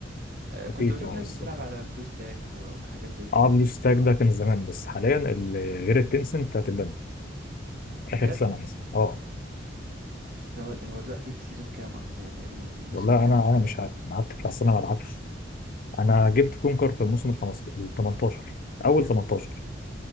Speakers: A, on the right; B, on the left.
A: آه،
B: خفيف
A: كنت بشوف
B: اه
A: ناس
B: بس
A: بتلعب على بلو ستاك و- وحاجات زي كده
B: اه بلوس
A: يعني
B: تاج ده كان زمان بس حاليا ال- غير التنسنت هتبان اخر
A: بجد
B: سنه مثلا اه
A: ده هو هو دلوقتي في سيزون كام اصلا يعني الم- الموسم
B: والله
A: الكام
B: انا
A: في
B: انا مش عارف انا قعدت بتاع سنه ما العبش انا جبت كونكر في الموسم ال 15 ال 18 اول 18